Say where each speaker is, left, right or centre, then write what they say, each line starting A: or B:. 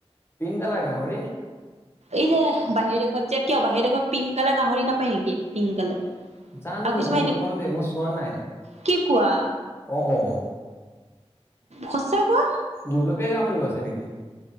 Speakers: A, on the left; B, on the right.
A: পিংক কালাৰ গাহৰি?
B: এই যে', বাহিৰ দেশত যে কিয় বাহিৰ দেশত পিংক কালাৰ গাহৰি নাপায় নেকি পিংক কালাৰ?
A: জানোঁ,
B: আৰু
A: মই
B: কিছুমান
A: গম
B: এনেকুৱা
A: নাপাওঁ দেই, মই চোৱা নাই,
B: কি কোৱা
A: অ', অ',
B: সচাঁ কোৱা?
A: গোলপীয়া গাহৰিও আছে নেকি?